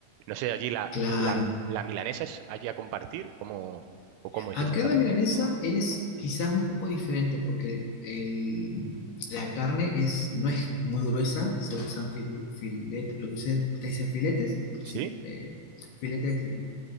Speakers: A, on the right (about 80°); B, on the left (about 65°).
A: No sé, allí la,
B: claro.
A: la, la milanesa es allí a compartir, ¿cómo, o cómo es
B: Acá
A: exactamente?
B: la milanesa es quizás un poco diferente porque el, la carne es, no es muy gruesa, se usan filetes, lo que ustedes ustedes dicen filetes,
A: ¿Sí?
B: ¿sí? Eh, filetes